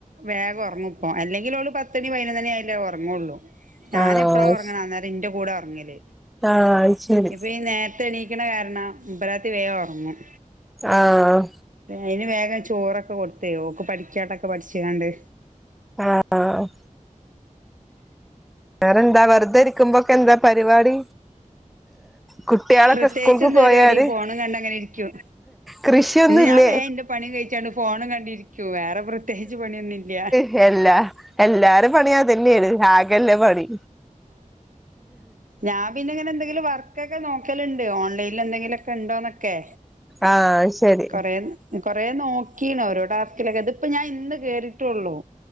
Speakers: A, on the right; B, in the centre.
A: വേഗം ഒർങ്ങുപ്പോ അല്ലെങ്കിലോള് പത്തണി പൈനൊന്നണി ആയ്ട്ടേ ഉറങ്ങുള്ളൂ ഞാനെപ്പളാ
B: ആഹ്
A: ഒർങ്ങ്ണേ അന്നേരം ഇന്റെ കൂടേ ഒർങ്ങല്
B: ആഹ് അത് ശരി
A: ന്നിപ്പ ഈ നേര ത്തെണീക്ക്ണ കാരണം ഇമ്പ്രാത്തി വേം ഒർങ്ങും
B: ആഹ്
A: അയ്ന് വേഗം ചോറൊക്കെ കൊട്ത്തെയ് ഓക്ക് പഠിക്കാല്ലോക്കെ പഠിച്ചാണ്ട്
B: ആഹ് വേറെ ന്താ വെർതെ രിക്കുമ്ബൊക്കെ ന്താ പര്പാടി കുട്ട്യാളൊക്കെ
A: പ്രത്യേകിച്ച്
B: സ്കൂൾക്ക്
A: എന്ത്
B: പോയാല്
A: പരിപാടി ഫോണും കണ്ട് അങ്ങനെ ഇരിക്കും
B: കൃഷ്യോന്നുല്ലേ
A: ഇന്ന് ഞാൻ വേം ഇന്റെ പണി കഴിച്ചാണ്ട് ഫോണും കണ്ടിരിക്കൂ വേറെ പ്രത്യേച്ച് പണ്യോന്നുല്ല
B: ഹെ ല്ല എല്ലാരെ പണി അതന്നേണ് ആകല്ലെ പണി
A: ഞാം പിന്നെ ഇങ്ങനെന്തെങ്കിലും വർക്കൊക്കെ നോക്കല്ണ്ട് ഓൺലൈനിലെ ന്തെങ്കിലൊക്കെ ണ്ടോന്നൊക്കെ.
B: ആഹ് ശരി
A: കൊറേ കൊറേ നോക്കീണു ഓരോ ടാസ്കിലൊക്കെ ഇത്പ്പ ഞാൻ ഇന്ന് കേറി ട്ടൊള്ളൂ.